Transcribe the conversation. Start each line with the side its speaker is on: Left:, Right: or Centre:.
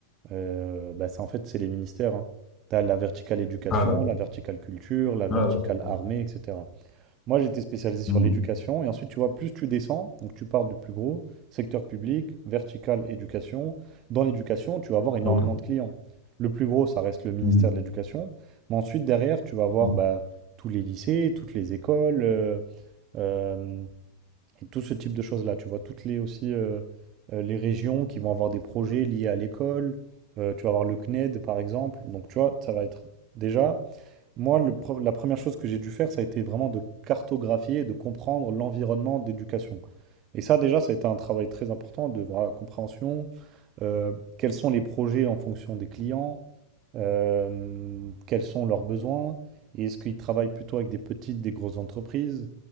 Right: euh, bah, c'est en fait, c'est les ministères. Hein. Tu as la verticale éducation,
Left: Ah, d'accord.
Right: la verticale culture, la verticale
Left: Ah, d'accord.
Right: armée, etc. Moi, j'étais spécialisé sur
Left: Mhm.
Right: l'éducation. Et ensuite, tu vois, plus tu descends, donc tu pars du plus gros, secteur public, verticale éducation. Dans l'éducation, tu vas avoir énormément
Left: Ok.
Right: de clients. Le plus gros, ça reste le ministère
Left: Mhm.
Right: de l'Éducation. Mais ensuite, derrière, tu vas avoir
Left: Mhm.
Right: bah, tous les lycées, toutes les écoles, euh, euh, donc, tout ce type de choses-là, tu vois, toutes les aussi euh, euh, les régions qui vont avoir des projets liés à l'école. Euh, tu vas avoir le CNED, par exemple. Donc, tu vois, ça va être déjà. Moi, le pre- la première chose que j'ai dû faire, ça a été vraiment de cartographier et de comprendre l'environnement d'éducation. Et ça, déjà, ça a été un travail très important de voir la compréhension, euh, quels sont les projets en fonction des clients, euh, quels sont leurs besoins, et est-ce qu'ils travaillent plutôt avec des petites, des grosses entreprises.